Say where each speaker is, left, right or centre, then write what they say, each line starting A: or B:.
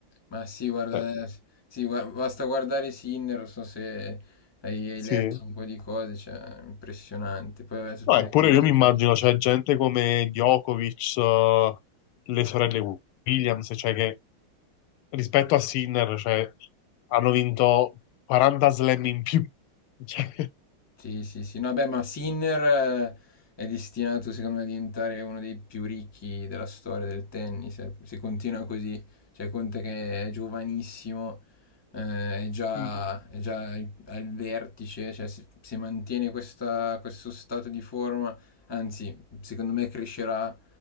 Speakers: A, on the left (about 15°); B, on the left (about 85°).
A: ma sì, guarda,
B: Cioè,
A: eh, sì, gua- basta guardare Sinner, non so se hai, hai
B: sì.
A: letto un po' di cose, cioè, impressionante. Poi vabbè, tutte
B: No, eppure
A: le pubblicità
B: io mi immagino,
A: che stanno.
B: c'è gente come Djokovic, eh, le sorelle Williams, cioè che rispetto a Sinner, cioè, hanno vinto 40 slam in più. <laughs> Cioè,
A: Sì, sì, sì. No, beh, ma Sinner eh, è destinato, secondo me, a diventare uno dei più ricchi della storia del tennis. eh. Se continua così, cioè, conta che è giovanissimo, eh, è già,
B: mm,
A: è già ai- al vertice, cioè, se, se mantiene questa- questo stato di forma, anzi, secondo me crescerà,